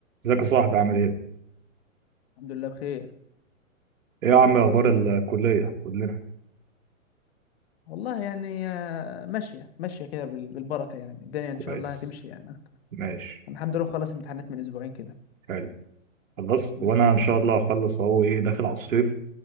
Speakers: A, on the right; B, on the left.
A: ازيك يا صاحبي عامل ايه؟
B: الحمد لله بخير
A: ايه يا عم اخبار الكلية؟ قول لنا
B: والله يعني آه، ماشية ماشية كده بال- بالبركة يعني الدنيا
A: كويس
B: إن شاء الله هتمشي يعني أكتر
A: ماشي
B: أنا الحمد لله خلص امتحانات من أسبوعين كده
A: حلو خلصت
B: مم.
A: وانا ان شاء الله هخلص اهو ايه داخل على الصيف